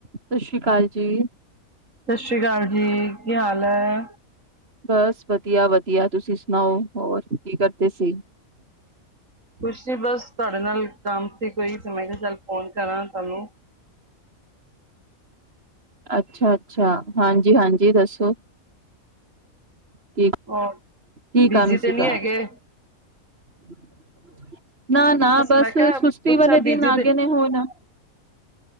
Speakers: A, on the right; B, on the right.
A: ਸਤਿ ਸ਼੍ਰੀ ਅਕਾਲ ਜੀ
B: ਸਤਿ ਸ੍ਰੀ ਅਕਾਲ ਜੀ ਕੀ ਹਾਲ ਹੈ
A: ਬਸ ਵਧੀਆ ਵਧੀਆ ਤੁਸੀਂ ਸੁਣਾਓ ਹੋਰ ਕੀ ਕਰਦੇ ਸੀ
B: ਕੁਛੀ ਬਸ ਤੁਹਾਡੇ ਨਾਲ ਕੰਮ ਸੀ ਕੋਈ ਤੇ ਮੈਂ ਕਿਹਾ ਚੱਲ ਫੋਨ ਕਰਾਂ ਤੁਹਾਨੂੰ
A: ਅੱਛਾ ਅੱਛਾ ਹਾਂਜੀ ਹਾਂਜੀ ਦੱਸੋ ਕੀ
B: ਹ
A: ਕੀ
B: ਬੀਜੀੀ
A: ਕੰਮ
B: ਤੇ
A: ਸੀਗਾ
B: ਨਹੀਂੀ ਹੈਗੇ
A: <unintelligible> ਨਾ ਨਾ ਬਸ
B: ਮੈਂ ਕਿਹਾ
A: ਸੁਸਤੀ
B: ਪੁੱਛਾਂ
A: ਵਾਲੇ
B: ਬਿਜੀ
A: ਦਿਨ ਆ
B: ਤੇ
A: ਗਏ ਨੇ ਹੁਣ